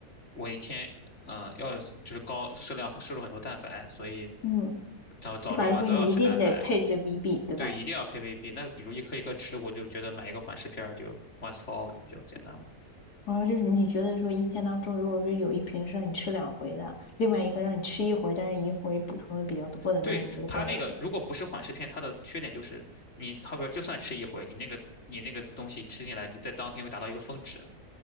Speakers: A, on the left; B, on the left.
A: 我一天嗯、呃要就是高适量摄入很多蛋白，所以
B: 嗯，
A: 早早中晚都要吃蛋白，
B: 就反正说你一定得配着 VB，对吧？
A: 对，一定要配 VB。那个，比如一颗一颗吃，我就觉得买一个缓释片儿就 once for all 就比较简单嘛。
B: 然后就是你觉得说一天当中，如果说有一瓶是让你吃两回的，另外一个让你吃一回，但是一回补充的比较多的那个，
A: 对，
B: 你觉得更
A: 它那个如果不是缓释片，
B: OK？
A: 它的缺点就是你好比说就算吃一回，你那个你那个东西吃进来，你在当天会达到一个峰值。